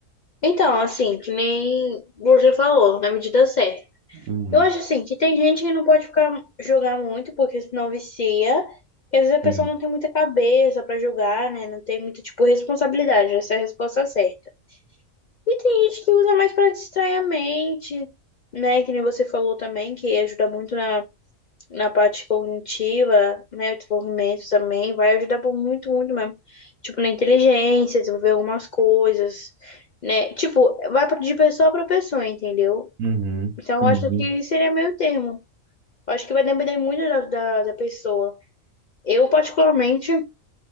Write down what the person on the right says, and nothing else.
Uhum.
Sim.
Uhum.
Sim.